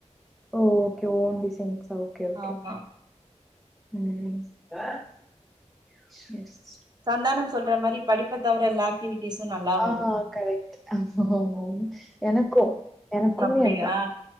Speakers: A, in the centre; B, on the right.
A: ஓ okay own designs okay okay
B: ஆமா
A: ம் சேர் ச்
B: சந்தானம் சொல்ற மாரி படிப்ப தவிர எல்லா ஆக்டிவிட்டிஸு நல்லா வரு
A: ஆஹ் கரெக்ட் ஆ ஆமா எனக்கு எனக்குமே
B: அப்டியா
A: அதா